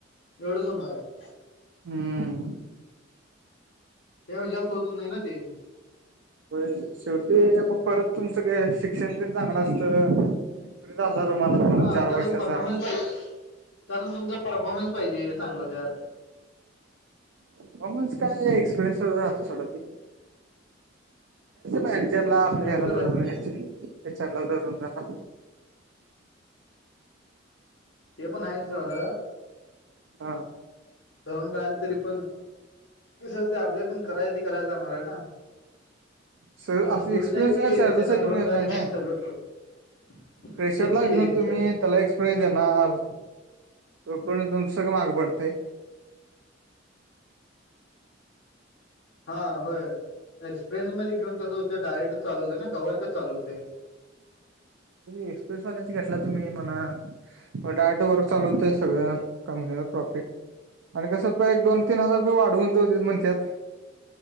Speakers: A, on the left; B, on the right.
A: एवढंच होणार आहे.
B: हम्म.
A: ते जास्त होतच नाही ना ते
B: होय. शेवटी मग परत तुमचं काय शिक्षण प चांगलं असत <unintelligible> दोन
A: हा
B: चार
A: त्यातून
B: वर्षाचा
A: परफॉर्मन्स पाहिजे त्यातून तुमचा परफॉर्मन्स पाहिजे चांगला त्यात.
B: परफॉर्मन्स काय एक्सपिरियन्स वग राहतो सोडच मॅरज ला
A: एक्सपिरियन्स
B: आपल्या ह्याला
A: तर राहते
B: रूनचर एच आर ला धरून जरा
A: ते पण आहेच सोड.
B: हा
A: धरून राहिल तरी पण सते आपल्या पण कराय ते करायच लागणार आहे ना.
B: स
A: असं थोडीच
B: एक्सपिरियन्स
A: आहे की
B: काय सहजासहजी
A: त्यांना धरून
B: मिळत
A: राहिले
B: नाही
A: मग
B: ना
A: सगळंच सोड
B: प्रेशरला
A: तेच कि
B: घेऊन तुम्ही
A: त्यात
B: त्याला एक्सपिरियन्स देणार तोपर्यंत तुमचं सगळं मागं पडते.
A: हा होय एक्सपिरियन्स मध्ये घेऊन कसं होतं डायरेक्ट चालू होते ना वर्क चालू होतंय.
B: एक्सप्रेस वाल्यांच घेतटला तुम्ही म्हणा. मग डायरेक्टर वर्क चालू होतय सगळ कंपनीला प्रॉफिट. आणि कसं होतंय एक दोन तीन हजार रुपये वाढवून जाऊ देत म्हणत्यात